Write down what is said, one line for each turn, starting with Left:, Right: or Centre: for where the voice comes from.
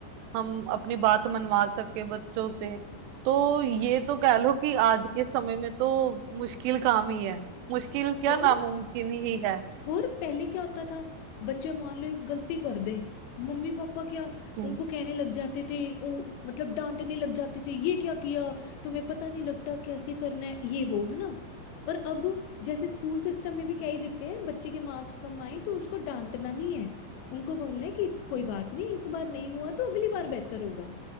Right: हम अपनी बात मनवा सके बच्चों से तो ये तो कह लो कि आज के समय में तो मुश्किल काम ही है मुश्किल क्या
Left: और
Right: नामुमकिन ही है
Left: और पहले क्या होता था बच्चे मान लो एक गलती कर दे मम्मी पापा क्या
Right: हम्म।
Left: उनको कहने लग जाते थे ओ मतलब डांटने लग जाते थे ये क्या किया तुम्हें पता नहीं लगता कैसे करना है ये वो है ना और अब जैसे स्कूल सिस्टम में भी कह ही देते हैं बच्चे के मार्क्स कम आए तो उसको डांटना नहीं है उनको बोलना है कि कोई बात नहीं इस बार नहीं हुआ तो अगली बार बेहतर होगा